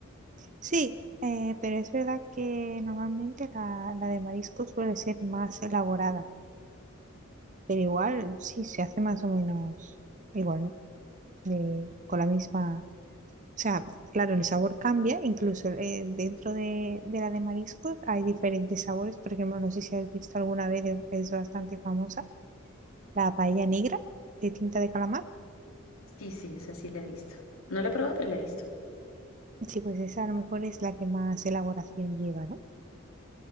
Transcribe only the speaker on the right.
sí, eh, pero es verdad que normalmente la, la de marisco suele ser más elaborada, pero igual sí se hace más o menos igual, de- con la misma... O sea, claro, el sabor cambia, incluso eh, dentro de, de la de mariscos hay diferentes sabores. Por ejemplo, no sé si has visto alguna vez, es es bastante famosa La paella negra de tinta de calamar.
Sí, pues esa a lo mejor es la que más elaboración lleva, ¿no?